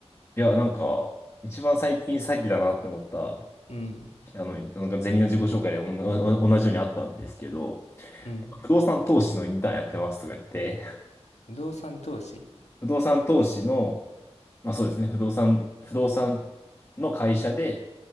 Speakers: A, on the left (about 25°); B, on the left (about 80°).
A: いやなんか、一番最近詐欺だなって思った
B: うん。
A: あの、なんかゼミの自己紹介でおお同じようにあったんですけど、
B: うん。
A: 不動産投資のインターンやってますとか言って、
B: 不動産投資。
A: 不動産投資の、まあそうですね、不動産、不動産の会社で、